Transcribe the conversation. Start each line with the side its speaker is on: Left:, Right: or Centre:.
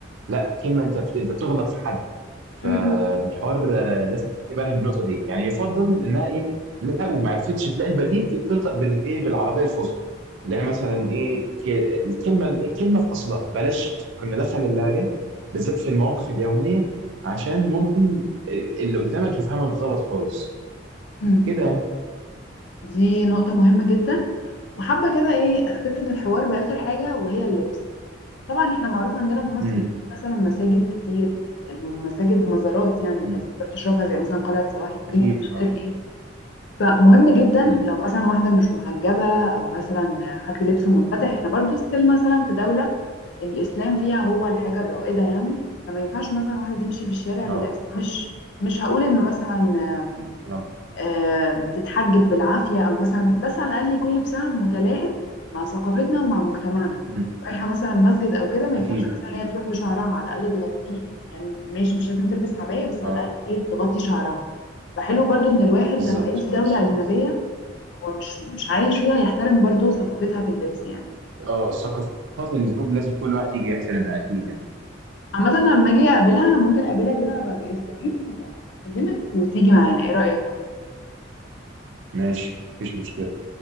Right: لا كلمه انت بت- انت بتغلط في حد فالحوار
Left: مم.
Right: آه، لازم تخلي بالها من النقطه دي يعني يفضل انها ايه لو ما عرفتش تلاقي البديل تنطق بالايه بالعربيه الفصحى اللي هي مثلا ايه ك- الكلمه الكلمه في اصلها بلاش ندخل اللهجات بالذات في المواقف اليوميه عشان ممكن اللي قدامك يفهمك غلط خالص
Left: مم.
Right: كده
Left: دي نقطة مهمة جدا وحابة كده ايه اختتم الحوار بآخر حاجة وهي اللبس طبعا احنا معروف عندنا في مصر
Right: امم
Left: في مثلا مساجد كتير المساجد مزارات يعني الناس
Right: امم
Left: بتروح تشوفها زي مثلا قلعة صلاح الدين
Right: اكيد
Left: مش
Right: اه
Left: عارف ايه فمهم جدا
Right: امم
Left: لو مثلا واحدة مش محجبة أو مثلا حد لبسه منفتح احنا برضو ستيل مثلا في دولة الإسلام فيها هو الحاجة الرائدة يعني فما ينفعش مثلا واحدة تمشي في الشارع
Right: اه
Left: بلبس مش مش هقول إنه مثلا آم،
Right: اه
Left: آم، تتحجب بالعافية أو مثلا بس على الأقل يكون لبسها متلائم مع ثقافتنا ومع مجتمعنا
Right: امم
Left: رايحة مثلا مسجد أو كده ما
Right: اكيد
Left: ينفعش مثلا
Right: اكيد
Left: هي تروح بشعرها على الأقل تغطيه يعني ماشي مش لازم تلبس عباية بس
Right: اه
Left: على الأقل إيه تغطي شعرها فحلو برضو إن الواحد
Right: بالظبط
Left: لما يجي دولة
Right: بالظبط
Left: أجنبية هو مش مش عايش فيها يحترم برضو ثقافتها في اللبس يعني
Right: اه ثقافات الجروب لازم كل واحد يجي يحترمها اكيد يعني
Left: عامة أنا لما اجي اقابلها ممكن اقابلها كده بعد اسبوعين هبقى اكلمك وتيجي معانا ايه رأيك؟
Right: ماشي مفيش مشكله